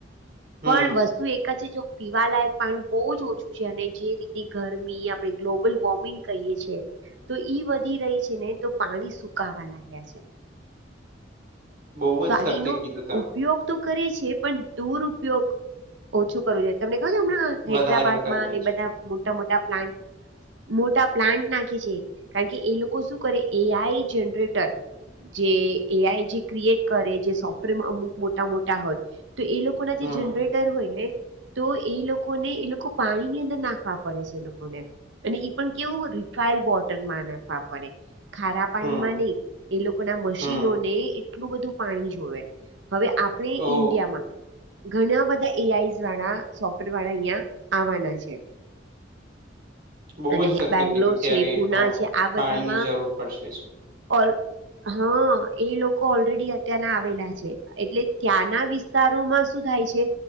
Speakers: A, on the right; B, on the right.
A: હમ
B: પણ વસ તું એક છે જો પીવાલાયક પાણી બો જ ઓછું છે અને જે રીતની ગરમી આપણે ગ્લોબલ વોર્મિંગ કહીએ છે તો ઈ વધી રહી છે ને તો પાણી સુકાવા લાગ્યા છે.
A: બહુ
B: પાણીનો
A: જ સત્ય કીધું તમે
B: ઉપયોગ તો કરે છે પણ દુરયોગ ઓછું કરવો જોઈ તમને ખબર હમણાં હૈદરાબાદમાં
A: વધારે કરીએ
B: અને એ
A: છે
B: બધા મોટા મોટા પ્લાન્ટ મોટા પ્લાન્ટ નાખે છે કારણ કે એ લોકો શું કરે એ આઈ જનરેટર જે એ આઈ જે ક્રિએટ કરે જે સોફ્ટવેર અમુક મોટા મોટા હોય તો એ લોકોના
A: હમ
B: જે જનરેટર હોય ને તો એ લોકોને એ લોકો પાણીની અંદર નાખવા પડે છે એ લોકોને અને ઈ પણ કેવું રિફાઈડ વોટરમાં નાખવા પડે. ખારા પાણીમાં
A: હમ
B: નઈ એ લોકો ના મશીનોને
A: હમ
B: એટલું બધું પાણી જોવે, હવે આપણે
A: ઓ
B: ઇન્ડિયામાં ઘણા બધા એ આઈ વાળા સોફ્ટવેર વાળા અહિયાં આવાના છે.
A: બહુ
B: અને
A: જ સત્ય
B: બેંગ્લોર
A: કીધું ત્યારે
B: છે, પુના
A: હા
B: છે, આ બધામાં
A: પાણીની જરૂર પડશે જ
B: ઓલ હા એ લોકો ઓલરેડી અત્યારના આવેલા છે એટલે ત્યાંના વિષ વતારોમાં શું થાય છે,